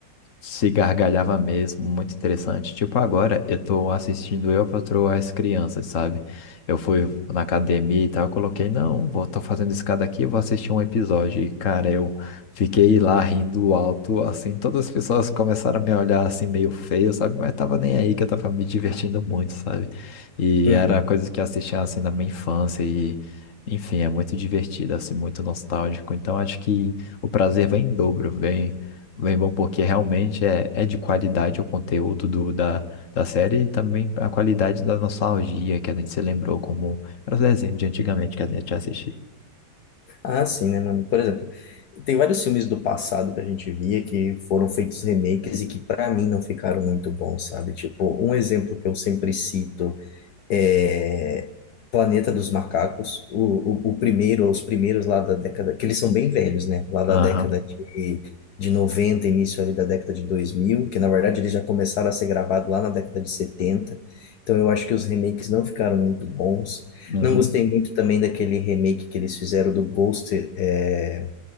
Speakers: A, on the left; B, on the left.
A: se gargalhava mesmo, muito interessante. Tipo, agora eu tô assistindo Eu, Patroa e as Crianças, sabe? Eu fui na academia e tal, eu coloquei, não, vou, tô fazendo escada aqui, eu vou assistir um episódio. E, cara, eu fiquei lá rindo alto, assim, todas as pessoas começaram a me olhar assim, meio feio, sabe? Mas tava nem aí que eu tava me divertindo muito, sabe? E
B: Uhum.
A: era coisas que eu assistia, assim, na minha infância e... Enfim, é muito divertido, assim, muito nostálgico. Então, acho que o prazer vem em dobro, vem Bem bom, porque realmente é, é de qualidade o conteúdo do, da, da série e também a qualidade da nostalgia que a gente se lembrou como era os desenhos de antigamente que a gente assistia.
B: Ah, sim, né, mano? Por exemplo, tem vários filmes do passado que a gente via que foram feitos remakes e que pra mim não ficaram muito bons, sabe? Tipo, um exemplo que eu sempre cito é, Planeta dos Macacos, o, o, o primeiro, os primeiros lá da década, que eles são bem velhos, né? Lá da
A: Aham,
B: década de, de noventa início ali da década de 2000, que na verdade eles já começaram a ser gravados lá na década de 70. Então eu acho que os remakes não ficaram muito bons.
A: uhum.
B: Não gostei muito também daquele remake que eles fizeram do Ghost, é,